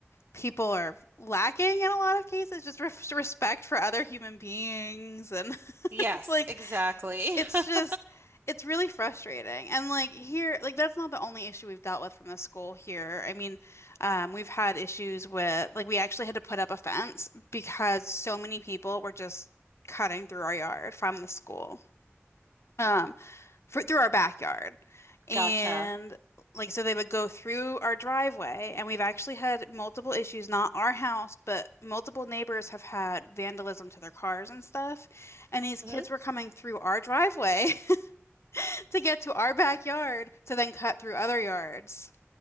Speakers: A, on the left; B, on the right.
A: people are lacking in a lot of cases, just re respect for other human beings and <laughs>
B: Yes,
A: like
B: exactly.
A: it's
B: <laughs>
A: just it's really frustrating. And like here, like that's not the only issue we've dealt with from the school here. I mean, um, we've had issues with like we actually had to put up a fence because so many people were just cutting through our yard from the school, um, for, through our backyard. And
B: Gotcha.
A: like so they would go through our driveway and we've actually had multiple issues, not our house, but multiple neighbors have had vandalism to their cars and stuff. And these kids
B: Mhm.
A: were coming through our driveway <laughs> to get to our backyard to then cut through other yards.